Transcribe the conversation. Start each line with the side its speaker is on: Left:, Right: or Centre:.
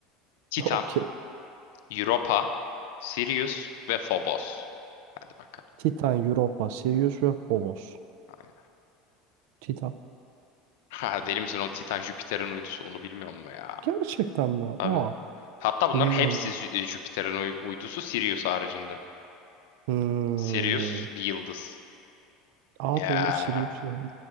Left: Titan,
Right: <laughs> Okey.
Left: Europa, Sirius ve Phobos. Hadi bakalım.
Right: Titan, Europa, Sirius ve Phobos.
Left: Aynen. <laughs>
Right: Titan.
Left: Ha, deli misin oğlum Titan Jüpiter'in uydusu onu bilmiyor mu ya?
Right: Gerçekten mi?
Left: Tabii.
Right: Aa.
Left: Hatta bunların
Right: Bilmiyorum.
Left: hepsi Jü- e, Jüpiter'in uy- uydusu Sirius haricinde.
Right: Hmm.
Left: Sirius bir yıldız.
Right: Aa
Left: Ya
Right: doğru Sirius yani.